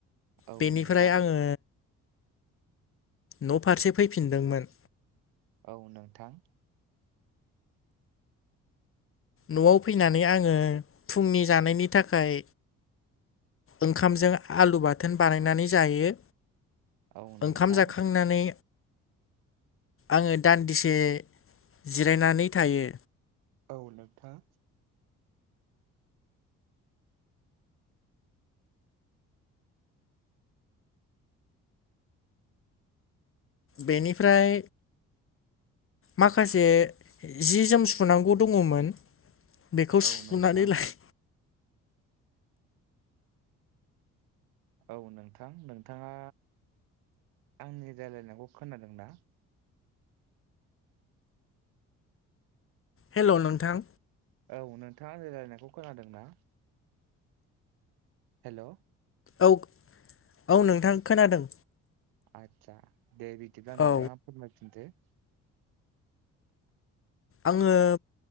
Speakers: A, on the right (about 80°); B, on the left (about 35°).
A: औ
B: बेनिफ्राय
A: नोंथां
B: आङो न' फारसे फैफिनदोंमोन
A: औ नोंथां
B: न'आव फैनानै आङो फुंनि जानायनि थाखाय ओंखामजों आलु बाथोन बानायनानै जायो
A: औ नोंथां
B: ओंखाम जाखांनानै आङो दान्दिसे जिरायनानै थायो
A: औ नोंथां
B: बेनिफ्राय माखासे जि जोम सुनांगौ दङमोन बेखौ
A: औ
B: सुनानै
A: नोंथां
B: लायो
A: औ नोंथां नोंथाङा आंनि रायज्लायनायखौ खोनादों ना
B: हेल' नोंथां
A: औ नोंथाङा रयलायनायखौ खोनादों ना हेल'
B: औ-औ नोंथां खोनादों
A: आतसा दे बिदिब्ला नोंथाङा
B: औ
A: फोरमाय फिनदो
B: आङो